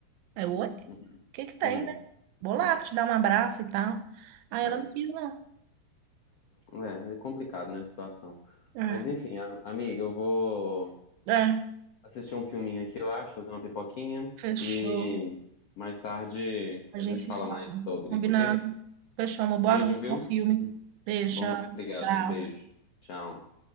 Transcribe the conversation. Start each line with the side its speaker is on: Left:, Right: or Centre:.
Right: Aí eu, oi, o
Left: Uhum.
Right: que que tem,
Left: Uhum.
Right: né? Vou lá
Left: Uhum.
Right: pra te dar um abraço e tal. Aí
Left: É.
Right: ela não quis, não.
Left: É, é é complicado, né, a situação.
Right: É,
Left: Mas enfim, a- amiga, eu vou
Right: é,
Left: assistir um filminho aqui, eu acho, fazer uma pipoquinha
Right: fechou.
Left: e mais tarde
Right: A
Left: a
Right: gente
Left: gente
Right: se
Left: fala
Right: fala,
Left: mais sobre,
Right: combinado.
Left: ok?
Right: Fechou, amor.
Left: Beijo,
Right: Boa noite,
Left: viu?
Right: bom filme. Beijo,
Left: Bom, obrigado.
Right: tchau.
Left: Beijo. Tchau.